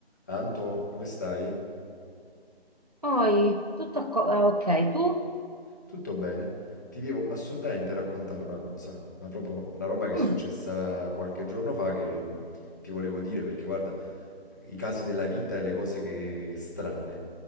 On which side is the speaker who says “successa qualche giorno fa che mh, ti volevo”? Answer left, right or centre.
Left